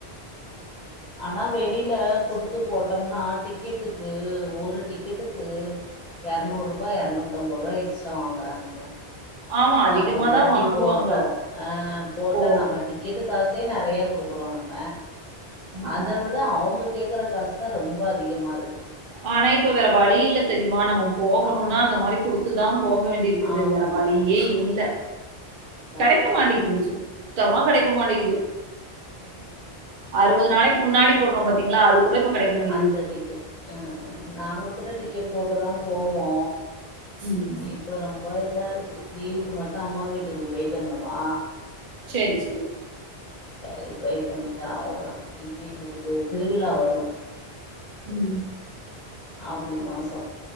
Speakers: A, on the left; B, on the right.
A: <inaudible> ஆனா வெளியில குடுத்து போட்டோம்னா டிக்கெட்டுக்கு ஒரு டிக்கெட்டுக்கு எரநூறுபா எரநூத்தம்பது ரூபா எக்ஸ்டரா வாங்குறாங்கங்க
B: ஆமா அதிகமாதா
A: நாங்க ஒரு வாட்டி
B: வாங்குவாங்க.
A: போட்டோ அ போட்டா
B: ஓ!
A: நம்ம டிக் டிக்கெட் காசே நெறைய குடுக்குறோ நம்ம
B: ஆமா.
A: அத வி ட அவுங்க கேக்குற காசு தா ரொம்ப அதிகமா இருக்கு
B: ஆனா இப்ப வேற வழி இல்ல தெரிமா நம்ம போகணுன்னா
A: ஆமா
B: அந்த மாரி குடுத்துதா போக வேண் டி இருக்குது
A: ஆமா
B: வேறவழியேஇல்ல
A: ஆமா அதா
B: கெடைக்க
A: அதா அதா
B: மாடிக்கிது சுத் தமா கெடைக்க மாட்டேங்குது
A: அ அ அ
B: அறுவது நாளிக்கு முன்னாடி போடுறோ பாத்தீங்களா அது கூட இப்ப கெடைக்க மாட்டேங்குது
A: அந்த டிக்கெட் அ அ நாங்க கூட டிக்கெட் போட்டுதா போவோ
B: ம்
A: இப்ப ரொம்ப இதா இருக்கு லீவுக்கு மட்டு அம்மா வீட்டுக்கு போயிட்டு வந்தோமா
B: சேரி சேரி
A: சேரி போயிட்டு வண்ட்டா அவ்ளோதா இன்மே எங்களுக்கு திருவிழா வரு
B: ம்
A: ஆவணி மாசோ